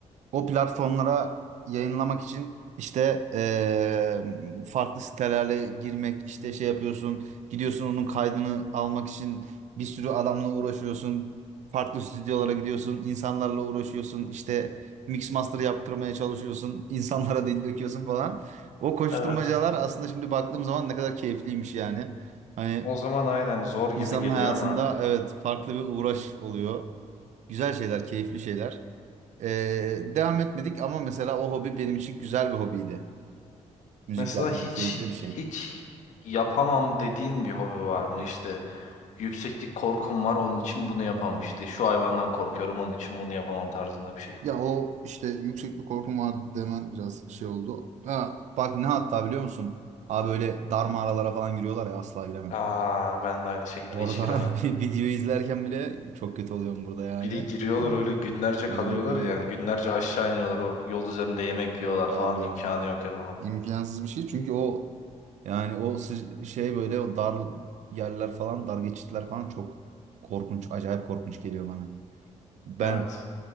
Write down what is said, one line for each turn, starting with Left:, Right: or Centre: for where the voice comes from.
Right: O platformlara yayınlamak için işte eee, farklı sitelerle girmek işte şey yapıyorsun gidiyorsun onun kaydını almak için bir sürü adamla uğraşıyorsun farklı stüdyolara gidiyorsun insanlarla uğraşıyorsun işte mix master yaptırmaya çalışıyorsun <laughs> insanlara dil döküyorsun falan. O koşturmacalar
Left: Evet.
Right: aslında şimdi baktığım zaman ne kadar keyifliymiş yani. Hani
Left: O zaman aynen zor gibi
Right: insanın
Left: geliyor
Right: hayatında
Left: ama
Right: evet farklı bir uğraş oluyor. Güzel şeyler, keyifli şeyler. Ee, devam etmedik ama mesela o hobi benim için güzel bir hobiydi. Müzik
Left: mesela
Right: yapmak
Left: hiç
Right: keyifli bir şey.
Left: hiç yapamam dediğin bir hobi var mı? İşte yükseklik korkum var onun için bunu yapamam. İşte şu hayvandan korkuyorum onun için bunu yapamam tarzında bir şey.
Right: Ya o işte yükseklik korkum vardı demen biraz şey oldu. Ha, bak ne hatta biliyor musun? Abi böyle dar mağaralara falan giriyorlar ya asla giremem.
Left: Aa ben de aynı şekilde
Right: Orada
Left: hiç giremem.
Right: <laughs> bir video izlerken bile çok kötü oluyorum burada yani.
Left: Bir de giriyorlar
Right: <laughs>
Left: öyle günlerce
Right: Evet
Left: kalıyorlar
Right: evet.
Left: ya yani günlerce aşağı iniyorlar o yol üzerinde yemek
Right: Yok
Left: yiyorlar
Right: abi.
Left: falan imkanı yok yapamam.
Right: İmkansız bir şey çünkü o yani o sı- şey böyle o dar yerler falan dar geçitler falan çok korkunç acayip korkunç geliyor bana. Ben
Left: Evet.